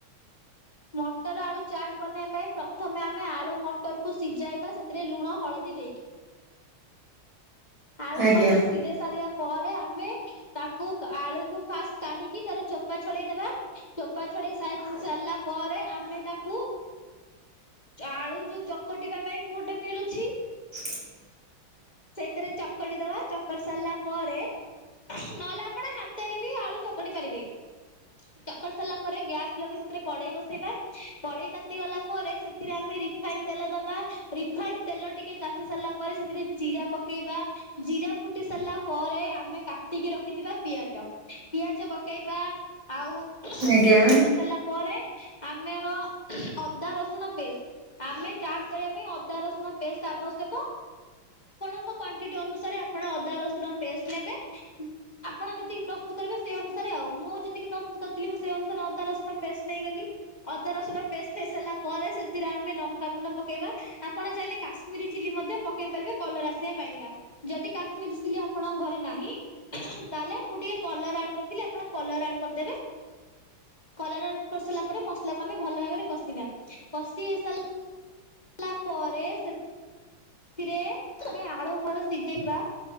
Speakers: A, on the left (about 20°); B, on the right (about 40°).
A: ମଟର ଆଳୁ ଚାଟ୍ ବନେଇବା ପାଇଁ ପ୍ରଥମେ ଆମେ ଆଳୁ ମଟରକୁ ସିଝାଇବା ସେଥିରେ ଲୁଣ ହଳଦୀ ଦେଇକି। ଆଳୁ
B: ଆଜ୍ଞା
A: ମଟର ସିଝେଇ ସାରିବା ପରେ ଆମେ ତାକୁ ଆଳୁକୁ ଫାଷ୍ଟ କାଢିକି ତାର ଚୋପା ଛଡେଇଦବା। ଚୋପା ଛଡେଇ ସାଇ ସାରିଲା ପରେ ଆମେ ତାକୁ ଆଳୁ ଯୋଉ ଚକଟିବା ପାଇଁ ଗୋଟେ ମିଳୁଛି।
B: <unintelligible>
A: ସେଇଥିରେ ଚକଡି ଦବା ଚକ ଚକଟି ସାରିଲା ପରେ ନହେଲେ ଆପଣ ହାତରେ ବି ଆଳୁ ଚକଟି ପାରିବେ।
B: <inaudible>
A: ଚକଟି ସାରିଲା ପରେ ଗ୍ୟାସ୍ ଲଗି ସେଥିରେ କଡେଇ ବସେଇବା କଡେଇ ତାତି ଗଲା ପରେ ସେଥିରେ ଆମେ ରିଫ ରିଫାଇନ ତେଲ ଦେବା ରିଫାଇନ ତେଲ ଟିକେ ତାତି ସାରିଲା ପରେ ସେଥିରେ ଜିରା ପକେଇବା। ଜିରା ଫୁଟି ସାରିଲା ପରେ ଆମେ କାଟିକି ରଖିଥିବା ପିଆଜ। ପିଆଜ ପକେଇବା ଆଉ
B: ଆଜ୍ଞା
A: ପିଆଜ ପକେଇ ସାରିଲା ପରେ। ଆମେର ଅଦା ରସୁଣ ପେଷ୍ଟ। ଆମେ ଚାଟ କରିବା ପାଇଁ ଅଦା ରସୁଣ ପେଷ୍ଟ ଆବଶ୍ୟକ।
B: <inaudible>
A: ଆପଣଙ୍କ କ୍ୱାନ୍ଟିଟୀ ଅନୁସାରେ ଆପଣ ଅଦା ରସୁଣ ପେଷ୍ଟ ନେବେ। ଆପଣ ଯେତିକି ପ୍ରସ୍ତୁତ କରିବେ ସେଇ ଅନୁସାରେ ଆଉ ମୁଁ ଯେତିକି ପ୍ରସ୍ତୁତ କରିଥିଲି ମୁଁ ସେଇ ଅନୁସାରେ ଅଦା ରସୁଣ ପେଷ୍ଟ ନେଇଗଲି। ଅଦା ରସୁଣ ପେଷ୍ଟ୍ ମିଶେଇଲା ପରେ ସେଥିରେ ଆମେ ଲଙ୍କାଗୁଣ୍ଡ ପକେଇବା ଆପଣ ଚାହିଁଲେ କାଶ୍ ମିରି ଚିଲି ମଧ୍ୟ ପକେଇ ପାରିବେ କଲର୍ ଆସିବା ପାଇଁକା ଯଦି କାଶ୍ମୀର୍ ଚିଲି ଆପଣଙ୍କ ଘରେ ନାହିଁ ତାହଲେ ମୁଁ ଟିକେ କଲର୍ ଆଡ କରିଥିଲି ଆପଣ କଲର୍ ଆଡ କରିଦେବେ। କଲର୍ ଆଡ୍ କରିସାରିଲା ପରେ ମସଲା କୁ ଆମେ ଭଲ ଭାବରେ କଷିବା। କଷି ହେଇସାରିଲା ପରେ ସେ ସେଥିରେ ତମେ ଆଳୁ <unintelligible> ସିଜେଇବା